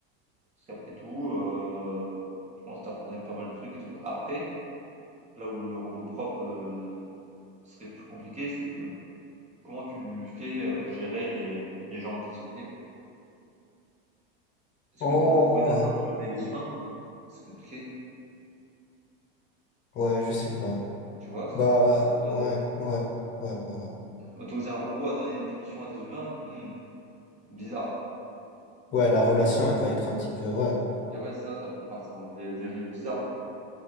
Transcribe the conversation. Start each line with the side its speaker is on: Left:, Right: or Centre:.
Right: Parce qu'après tout, euh, je pense que t'apprendrais pas mal de trucs et tout. Après, là où le robot prof euh, serait plus compliqué, c'est que comment tu lui fais euh, gérer les, les gens indisciplinés, quoi. Est-ce
Left: Oh,
Right: que tu l'autorises à
Left: ouais,
Right: sanctionner les humains? C'est compliqué.
Left: ouais, je sais pas.
Right: Tu vois, à ce
Left: Bah,
Right: niveau-là, euh,
Left: ouais, ouais, ouais, ouais, ouais.
Right: autoriser un robot à donner des punitions à des humains, hmm, Bizarre.
Left: Ouais, la relation, elle va être un petit peu, ouais,
Right: Et ouais, ça, ça peut partir dans des dérives bizarres, quoi.